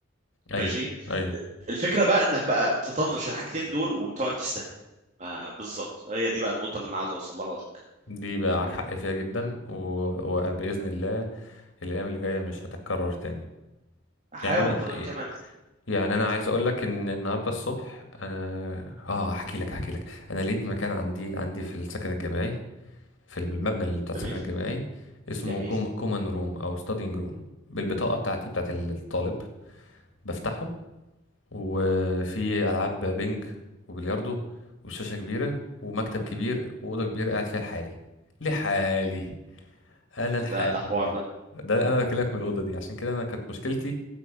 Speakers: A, on the right; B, on the left.
A: ماشي
B: ايوه ايوه
A: الفكره بقى انك بقى تطنش الحاجتين دول وتقعد تستهبل ما- بالظبط هي دي بقى النقطه اللي انا عاوز اوصلها لك
B: دي بقى
A: فاهمني
B: معاك حق فيها جدا و... وبإذن الله الأيام اللي جاية مش هتتكرر تاني
A: احاول
B: يعني أنا
A: بقدر الامكان انك
B: يعني أنا عايز أقول لك إن النهاردة الصبح أنا آه أحكي لك أحكي لك أنا لقيت مكان عندي عندي في السكن الجامعي في المبنى اللي بتاع السكن
A: جميل
B: الجامعي اسمه
A: جميل
B: كوم... كومن روم أو ستادينج روم بالبطاقة بتاعتي بتاعت الطالب بفتحه وفي ألعاب بينج وبلياردو وشاشة كبيرة ومكتب كبير وأوضة كبيرة قاعد فيها لحالي لحالي انا الحالي
A: ده ده حوار ده
B: ده انا بكلمك من الاوضه دي عشان كده انا كانت مشكلتي